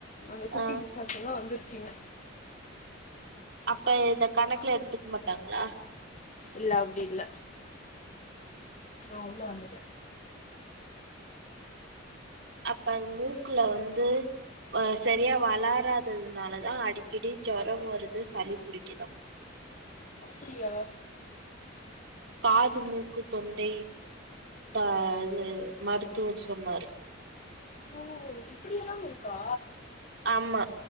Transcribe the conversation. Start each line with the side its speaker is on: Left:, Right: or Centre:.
Left: அந்த குட்டி
Right: ஆ
Left: பிசாசுங்கல்லா வந்துரு சிங்க
Right: அப்ப இத கணக்குல எடுத்துக்க மாட்டாங்களா
Left: இல்ல அப்படி இல்ல நா உள்ள வந்துட்டே
Right: அப்ப அது மூக்குல வந்து வ சரியா வளராததுனாலதான் அடிக்கடி ஜொரம் வருது சளி புடிக்குதா
Left: அப்படியா
Right: காது மூக்கு தொண்டை ட்ட இது மருத்துவர் சொன்னாரு
Left: ஓ இப்படி எல்லாம் இருக்கா
Right: ஆமா